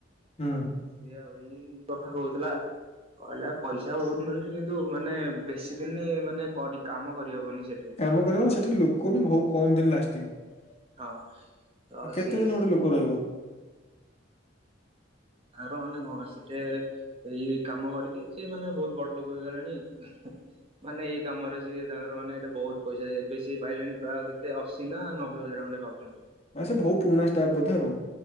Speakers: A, on the left (about 35°); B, on the right (about 30°).
A: ହୁଁ।
B: ସିଏ ଆଉ ଏଇ କଥା କହୁଥିଲା। କହିଲା ପଇସା ବହୁତ ମିଳୁଛି କିନ୍ତୁ ମାନେ ବେଶୀ ଦିନି ମାନେ କରି କାମ କରିହବନି ସେଠି।
A: କାମ କରିହେବ ସେଠି ଲୋକ ବି ବୋହୁ କମ୍ ଦିନ ଲାଷ୍ଟିଙ୍ଗ
B: ହଁ ତ
A: କେତେଦିନ
B: ସେଇଆ
A: ଗୋଟେ ଲୋକ ରହିବ।
B: ଆର ମାନେ କଣ ଆସି ଟେ ଏଇ କାମ କରିକି ସେ ମାନେ ବୋହୁତ ବଡ଼ ଲୋକ ହେଇଗଲେଣି। ମାନେ ଏଇ କାମରେ ସିଏ ତାଙ୍କର ମାନେ ଏଇଟା ବୋହୁତ ପଇସା ଏବେ ସେ ପାଇଲେଣି ପ୍ରାୟ କେତେ ଅ ସିନା ନବେ ହଜାର ଖଣ୍ଡେ ପାଉଚନ୍ତି।
A: ହ ସେ ବୋହୁ ପୁରୁଣା ଷ୍ଟାପ୍ ବୋଧେ ଆଉ।